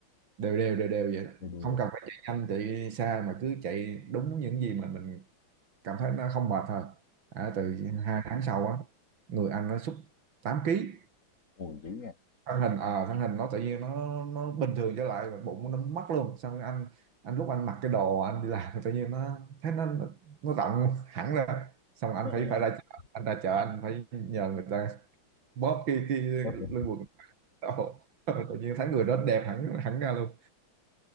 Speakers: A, on the right; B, on the left.
A: đều đều đều đều vậy đó.
B: Đùa,
A: không
B: đùa.
A: cần phải chạy nhanh chạy xa mà cứ chạy đúng những gì mà mình cảm thấy nó không mệt thôi à, từ hai tháng sau á người anh nó sút 8 ký
B: Ồ, dữ nha.
A: thân hình à, thân hình nó tự nhiên nó nó bình thường trở lại bụng nó mất luôn xong rồi anh anh lúc anh mặc cái đồ anh đi làm tự nhiên nó thấy nó nó rộng <laughs> hẳn ra xong anh
B: <laughs>
A: phải phải ra chợ anh ra chợ anh phải nhờ người ta bóp cái cái
B: Có
A: lưng quần đồ <laughs> tự nhiên thấy người đó đẹp hẳn hẳn ra luôn